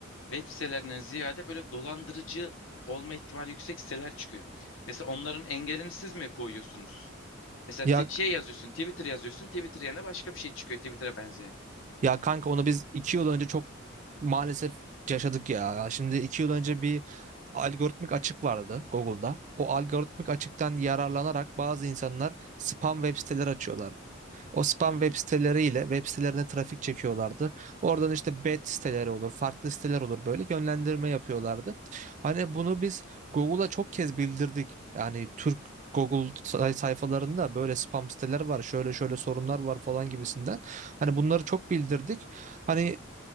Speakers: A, on the left (about 70°); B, on the right (about 35°).
A: web sitelerinden ziyade böyle dolandırıcı olma ihtimali yüksek siteler çıkıyor. Mesela onların engelini siz mi koyuyorsunuz? Mesela
B: Ya
A: ti- şey yazıyorsun, Twitter yazıyorsun, Twitter yerine başka bir şey çıkıyor Twitter'a benzeyen.
B: Ya kanka onu biz iki yıl önce çok maalesef yaşadık ya. Şimdi iki yıl önce bir algoritmik açık vardı Google'da. O algoritmik açıktan yararlanarak bazı insanlar spam web siteleri açıyorlardı. O spam
A: Hı hı,
B: web siteleriyle web sitelerine trafik çekiyorlardı. Oradan işte bet siteleri olur, farklı siteler olur böyle yönlendirme yapıyorlardı. Hani bunu biz Google'a çok kez bildirdik. Yani Türk Google say- sayfalarında böyle spam siteler var, şöyle şöyle sorunlar var falan gibisinden. Hani bunları çok bildirdik. Hani